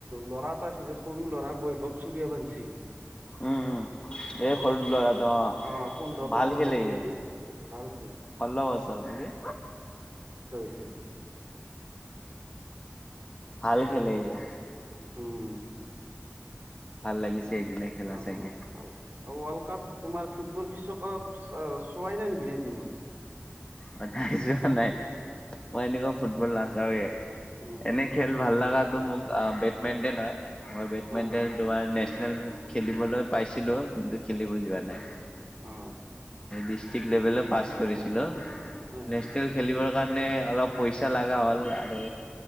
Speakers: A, on the right; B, on the left.
A: ল'ৰা এটা আছে যে সৰু ল'ৰা বৈভৱ চুুৰয়াবঞ্চী।
B: উম উম এ সৰু ল'ৰাটো
A: অ পোন্ধৰ বছৰ
B: ভাল খেলেহি
A: হৈছে নেকি ভাল খেলে
B: ষোল্ল বছৰ নেকি।
A: আছে <inaudible>
B: ভাল খেলে
A: তোমাৰ
B: ই অ
A: উম
B: ভাল লাগিছে সেইদিনা খেলা
A: অ
B: চাগে
A: ভাল ৱৰ্লড কাপ তোমাৰ ফুটবল বিশ্বকাপ চোৱাই নাই নেকি এদিনো
B: অ নাই চোৱা নাই। মই এনেকুৱা ফুটবল নাচাওঁ এ।
A: উম
B: এনে খেল ভাল ভাল ল লগা ত মোক অ বেডমিণ্টন হয় ম বেডমিণ্টন
A: অ
B: তোমাৰ খেলিবলৈ পাইছিলো। কিন্তু খেলিব যোৱা নাই।
A: অ
B: ডিষ্ট্ৰিক্ট লেভেলও পাছ কৰিছিলো
A: হয়
B: নেচনেল খেলিব কাৰণে অলপ পইচা লগা হ'ল আৰু